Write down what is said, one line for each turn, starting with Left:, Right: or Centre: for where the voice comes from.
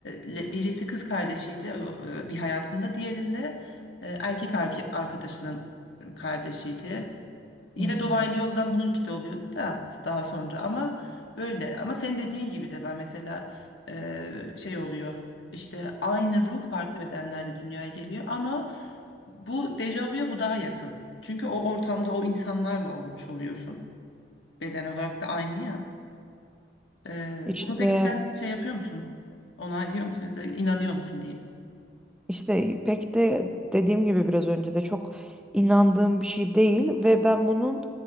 Left: le- birisi kız kardeşiydi o, e, bir hayatında diğerinde e, erkek arki- arkadaşının kardeşiydi. Yine
Centre: Hmm.
Left: dolaylı yoldan bununki de oluyordu da daha sonra ama böyle ama senin dediğin gibi de var mesela eee, şey oluyor işte aynı ruh farklı bedenlerde dünyaya geliyor ama bu dejavuya bu daha yakın. Çünkü o ortamda o insanlarla olmuş oluyorsun. Beden olarak da aynı ya. Eee,
Centre: İşte
Left: bunu peki sen şey yapıyor musun? Onaylıyor musun ya da inanıyor musun diyeyim.
Centre: İşte pek de dediğim gibi biraz önce de çok inandığım bir şey değil ve ben bunun